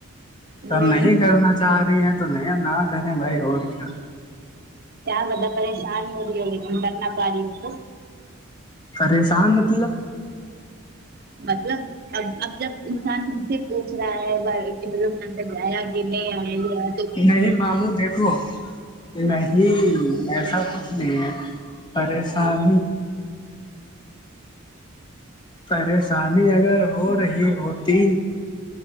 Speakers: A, on the right (about 45°); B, on the left (about 20°).
A: ہ
B: تو نہیں کرنا جا رہی ہیں تو نیا نہ کریں بھائی اور کیا
A: ت بدا پریشان ہو رہی ہے لیکن کرھرنا پاریی ہو تو
B: پریشان مت ل
A: مطب اب اب جب انسان ہم سے پوچھ رہا ہے کہ مطلب ہم جایا کہ نہیں آیا آ
B: نہیں ماموں دیکھو نہیں ایسا کچھ نہیں ہے پریشانی پریشانی اگر ہو رہی ہوتی